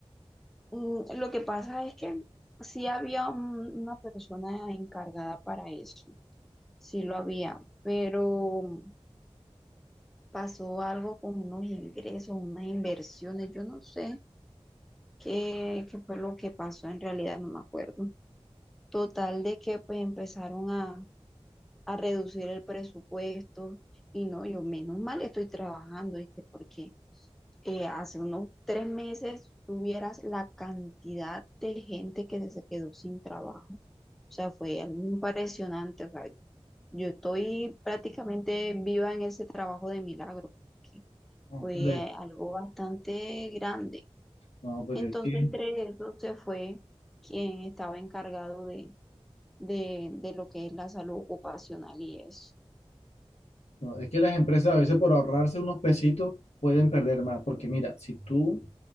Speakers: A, in the centre; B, on the left.
A: Mm, Lo que pasa es que sí había un- una persona encargada para eso, sí lo había, pero pasó algo con unos ingresos, unas inversiones, yo no sé qué, qué fue lo que pasó en realidad, no me acuerdo. Total de que pues empezaron a, a reducir el presupuesto y no, yo menos mal estoy trabajando, ¿viste? Porque eh, hace unos tres meses tuvieras la cantidad de gente que se quedó sin trabajo. O sea, fue algo impresionante. O sea, yo estoy prácticamente viva en ese trabajo de milagro, porque
B: No,
A: fue
B: pero,
A: eh,
B: es-
A: algo bastante grande.
B: no, pero
A: Entonces,
B: es que
A: entre eso se fue quien estaba encargado de, de, de lo que es la salud ocupacional y eso.
B: No, es que las empresas a veces por ahorrarse unos pesitos pueden perder más, porque mira, si tú